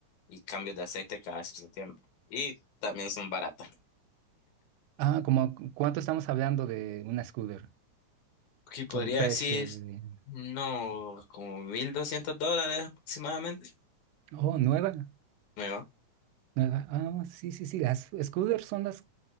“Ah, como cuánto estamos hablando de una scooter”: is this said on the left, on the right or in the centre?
Right